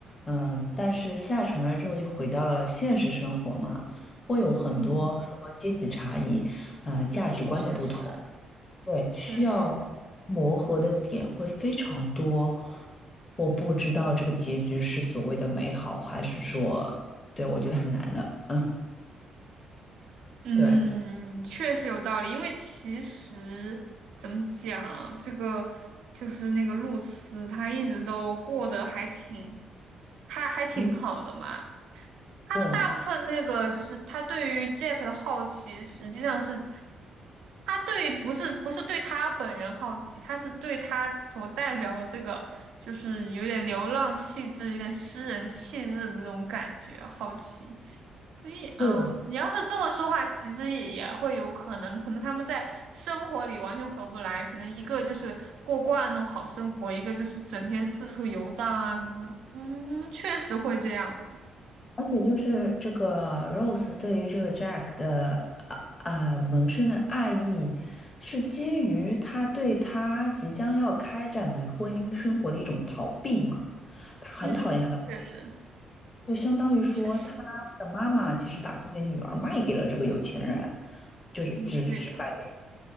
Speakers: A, on the left; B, on the right.
A: 嗯、但是下船了之后就回到了现实生活嘛，会有很多说阶级差异，
B: 嗯，
A: 呃，价值观的不同。
B: 确实，
A: 对，需要磨合的点会非常多。
B: 确实。
A: 我不知道这个结局是所谓的美好，还是说，对，我觉得很难的。嗯，
B: 嗯，
A: 对，
B: 确实有道理，因为其实怎么讲，这个就是那个露丝，她一直都过得还挺，她还挺好的嘛。
A: 因
B: 她的大部分那个就是她对于
A: 对
B: Jack 的好奇，实际上是她对于不是不是对他本人好奇，她是对他所代表的这个就是有点流浪气质、有点诗人气质的这种感觉好奇。所以，
A: 对，
B: 嗯，你要是这么说话，其实也也会有可能，可能他们在生活里完全合不来，可能一个就是过惯了那种好生活，一个就是整天四处游荡啊什么的。嗯，确实会这样。
A: 而且就是这个 Rose 对于这个 Jack 的啊啊萌生的爱意，是基于他对他即将要开展的婚姻生活的一种逃避嘛？他很讨厌他。
B: 嗯嗯，
A: 的。
B: 确实
A: 就相当于说，
B: 确实，
A: 他的妈妈其实把自己的女儿卖给了这个有钱人，就是直直白的说，
B: 嗯，对的。